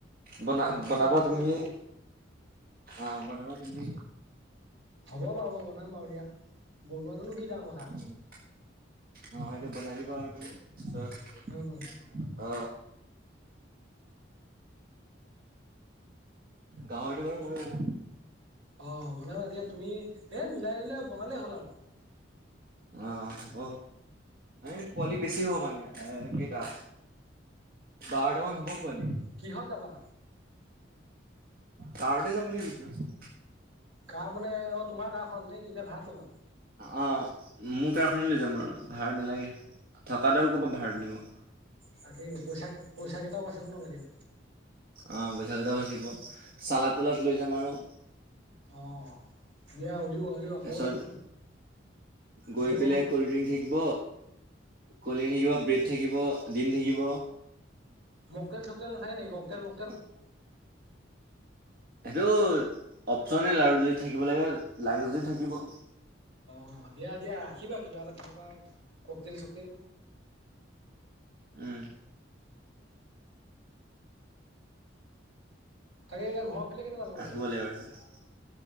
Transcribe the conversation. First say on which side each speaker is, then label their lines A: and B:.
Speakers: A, on the right; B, on the right.
A: বনা
B: মাংস
A: বনাাবা
B: এবিধ বেছি
A: তুমি
B: দিবা নেকি?
A: অ বনাাবা তুমি।
B: হ'ব বাৰু মই বনাম বাৰু দিয়া বনোৱাটোনো কি ডাঙৰ কথা।
A: উম অ, এটোয়া বনাই দিবা আৰু তুমি পিছত
B: হয় হয়।
A: অ, গাহৰিতো বাৰু মইয়ো বনাম।
B: অ, বনাবা এতিয়া তুমি এ মিলাই দিলাই বনালে হ'ল আৰু।
A: অ, হ'ব এই পোৱালি বেছি হ'ব মানে এ কেইটা বাৰটা মান হ'ব পোৱালি।
B: কিহত যাবা।
A: কাৰতে যাম বুলি ভাবিছো।
B: কাৰ মানে অ, তোমাৰ কাৰাঁখন নে কি এনে ভাডাত ল'বা।
A: অ, মোৰ কাৰখননে লৈ যাম আৰু ভাড়া নালাগে। থকা দাৰও ক'ৰবাত ভাড়া নিওঁ।
B: তাকেইটো পইচা পইচা কেইটাও বাচিব ন তেতিয়া।
A: অ, বৈশাগেইটা বাচিব চালাত তালাত লৈ যাম আৰু।
B: অ, দিয়া উওলওা উওলওা
A: তাৰপিছত
B: ময়ও যাম
A: গৈ
B: এনেও।
A: পেলাই কল্ড ড্ৰিংক থাকিব ক'ল্ড ড্ৰিংক থাকিব ব্ৰেড থাকিব ডিম থাকিব।
B: মোকটেল চোকটেল নাাকে কংটেল মোকটেল
A: । এইটো অপচনেল আৰু যদি থাকিব লাগে লাগে যদি থাকিব।
B: অ, দিয়া দিয়া ৰাখিবা কিবা এটা তেনেকুৱা ককটল চকটল
A: উম,
B: তাকে এতিয়া ঘৰৰ ফালে কেনেকুৱা তোমালোকৰ?
A: আহিব লাগিব আহিবাগ